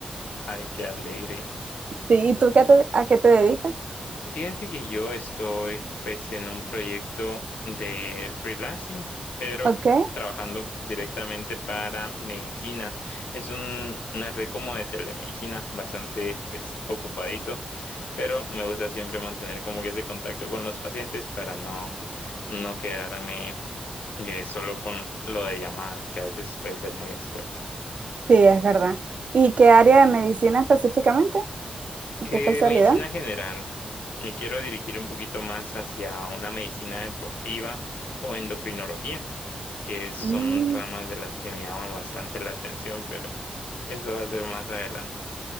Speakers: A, on the left; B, on the right.
A: Ay, qué alegre.
B: Sí, ¿y tú qué te- a qué te dedicas?
A: Fíjate que yo estoy pues en un proyecto de freelancing, pero
B: Ok.
A: trabajando directamente para medicina. Es un- una red como de telemedicina, bastante pues ocupadito, pero me gusta siempre mantener como que ese contacto con los pacientes para no, no quedarme eh, solo con lo de llamadas, que a veces puede ser muy escueto.
B: Sí, es verdad. ¿Y qué área de medicina específicamente?
A: Eh,
B: ¿Qué especialidad?
A: medicina general. Me quiero dirigir un poquito más hacia una medicina deportiva o endocrinología, que son
B: Mm,
A: ramas de las que me llaman bastante la atención, pero eso va a ser más adelante.